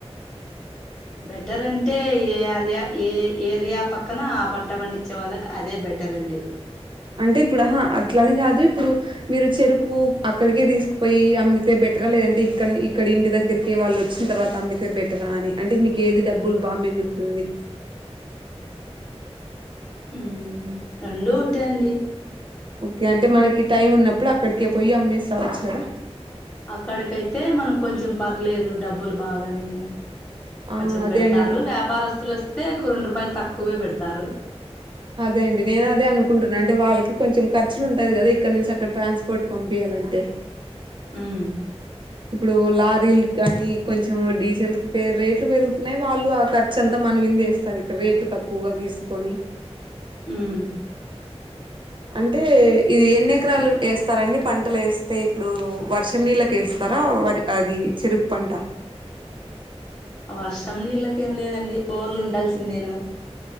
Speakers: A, on the left; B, on the right.
A: బెటర్ అంటే ఏరియా ఏ ఏరియా పక్కన పంట పండించే వాళ్ళకి అదే బెటర్ అండి
B: అంటే ఇప్పుడు అహ అట్లని కాదు ఇప్పుడు మీరు చెరుకు అక్కడికే తీసుకుపోయి అమ్మితే బెటరా లేదంటే ఇక్కడ్నే ఇక్కడ ఇంటి దగ్గరికే వాళ్లోచ్చిన్తర్వాత టమ్మితే బెటరా అని అంటే మీకు ఏది డబ్బులు బాగ మిగులుతుంది
A: ఉమ్ రెండూ ఒకటే అండి
B: ఓకే అంటే మనకి టైం ఉన్నప్పుడు అక్కడికే పోయి అమ్మేసి రావచ్చు కదా
A: అక్కడికైతే మనం కొంచెం పర్లేదు డబ్బులు బాగానే
B: ఆ
A: కొంచెం
B: అదే
A: పెడతారు
B: అండి
A: వ్యాపారస్తులొస్తే క రెండు రూపాయలు తక్కువే పెడతారు
B: అదే అండి నేను అదే అనుకుంటున్నా అంటే వాళ్ళకి కొంచెం ఖర్చులుంటది కదా ఇక్క నుంచి అక్కడ ట్రాన్స్పోర్ట్ పంపియాలంటే
A: హ్మ్
B: ఇప్పుడు లారీల్కానీ కొంచెం డీజిల్క్ పే రేట్లు పెరుగుతున్నయి వాళ్ళు ఆ ఖర్చు అంతా మన మిందేస్ స్తరిక్కడ రేట్లు తక్కువగా తీసుకొని
A: ఉమ్
B: అంటే ఇది ఎన్ని ఎకరాలు ఏస్తారండి పంటలేస్తే ఇప్పుడు వర్షం నీళ్ళకి ఏస్తారా వరి అదీ చెరుకు పంట
A: వర్షం నీళ్ళకేం లేదండి బోర్లు ఉండాల్సిందేను